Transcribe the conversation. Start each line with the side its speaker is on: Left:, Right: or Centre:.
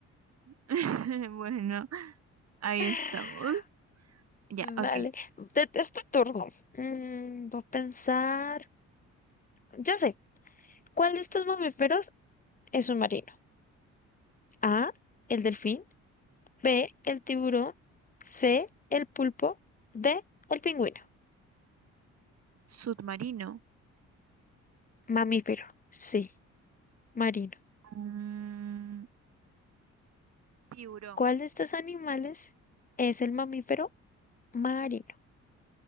Right: <laughs> Bueno, ahí
Left: <laughs>
Right: estamos. Ya, ok.
Left: Vale. De este turno. <laughs> Mm, voy a pensar. Ya sé. ¿Cuál de estos mamíferos es un marino? A. El delfín. B. El tiburón. C. El pulpo. D. El pingüino.
Right: Submarino.
Left: Mamífero. Sí. Marino.
Right: Mm, tiburón.
Left: ¿Cuál de estos animales es el mamífero marino?